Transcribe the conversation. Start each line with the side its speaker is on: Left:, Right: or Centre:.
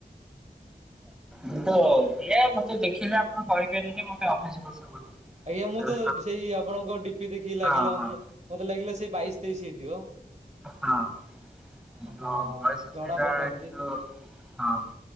Centre: ମୁଁ ତ ଇଏ ମତେ ଦେଖିଲେ ଆପଣ କହି ପାରିବେନି ଯେ ମତେ ଅଠେଇଶ ବର୍ଷ ବୋଲି।
Right: ଆଜ୍ଞା! ମୁଁ
Centre: ହଁ
Right: ତ ସେଇ ଆପଣଙ୍କ ଡିପି ଦେଖି ଲାଗିଲା
Centre: ହଁ
Right: ମତେ ଲାଗିଲା ସେଇ ବାଇଶ ତେଇଶ ହେଇଥିବ।
Centre: ହଁ କି
Right: ହଁ
Centre: ବୟସ
Right: ଜଣା
Centre: ସେଇଟା
Right: ପଡୁନାହାନ୍ତି
Centre: କିନ୍ତୁ ହଁ।